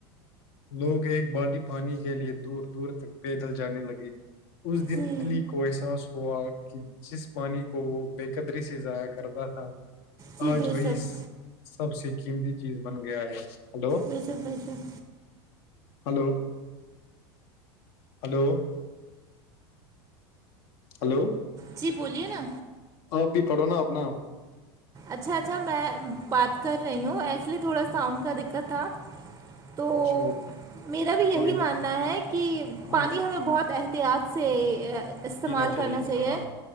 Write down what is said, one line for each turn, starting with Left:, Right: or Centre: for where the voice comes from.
Left: لوگ ایک بالٹی پانی کے لیے دور دور تک پیدل جانے لگے اس دن
Right: جی
Left: علی کو احساس ہوا کہ جس پانی کو وہ بے قدری سے ضائع کرتا تھا
Right: جی
Left: آج
Right: بے
Left: وہی
Right: شک
Left: سب سے قیمتی چیز بن گیا ہے ہلو
Right: بشک بشک
Left: ہلو ہلو ہلو
Right: جی بولیے نا
Left: آپ بھی پڑھو نا اپنا
Right: اچھا اچھا میں بات کر رہی ہوں ایکچولی تھوڑا ساؤنڈ کا دقت تھا تو
Left: اچھا وہ
Right: میرا بھی یہی
Left: کوئی نہیں
Right: ماننا ہے کہ
Left: ہاں
Right: پانی
Left: جی
Right: ہمیں بہت احتیاط سے استعمال
Left: پینا
Right: کرنا چاہیے
Left: ہاں